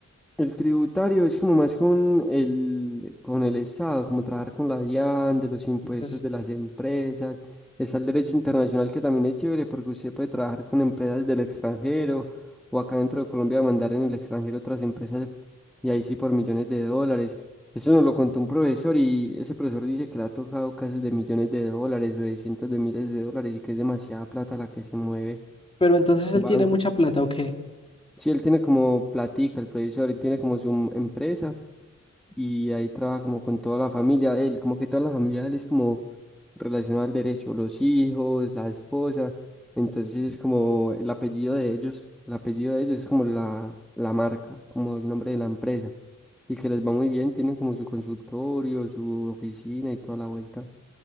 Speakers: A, in the centre; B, on the left.
A: El tributario es como más con el, con el Estado, como trabajar con la DIAN, de los impuestos
B: quizás.
A: de las empresas. Está el derecho internacional que también es chévere porque usted puede trabajar con empresas del extranjero o acá dentro de Colombia mandar en el extranjero otras empresas y ahí sí por millones de dólares. Eso nos lo contó un profesor y ese profesor dice que le ha tocado casos de millones de dólares o de cientos de miles de dólares y que es demasiada plata la que se mueve
B: Pero entonces
A: en
B: él
A: bancos.
B: tiene mucha plata, ¿o qué?
A: Sí, él tiene como platica, el profesor, él tiene como su em-, empresa y ahí trabaja como con toda la familia de él, como que toda la familia de él es como relacionada al derecho, los hijos, la esposa, entonces es como el apellido de ellos, el apellido de ellos es como la, la marca, como el nombre de la empresa, y que les va muy bien, tienen como su consultorio, su oficina y toda la vuelta.